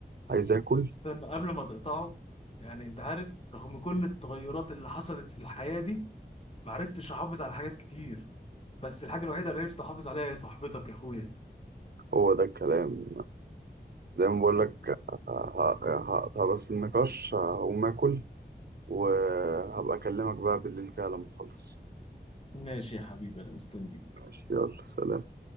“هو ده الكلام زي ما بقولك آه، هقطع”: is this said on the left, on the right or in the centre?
Right